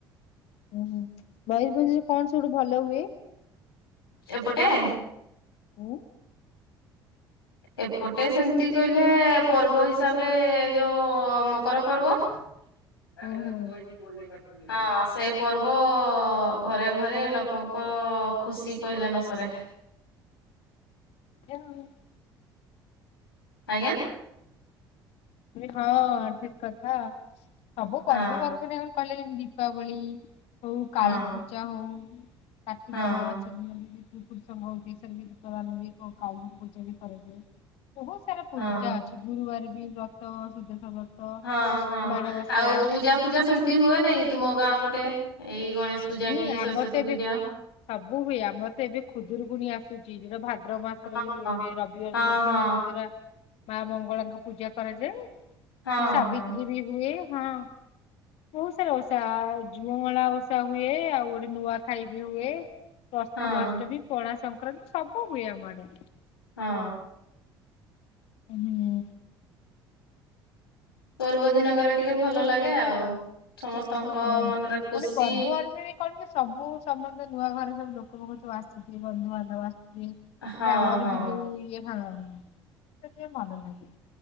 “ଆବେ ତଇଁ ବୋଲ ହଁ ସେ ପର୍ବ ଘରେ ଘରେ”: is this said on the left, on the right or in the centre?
Left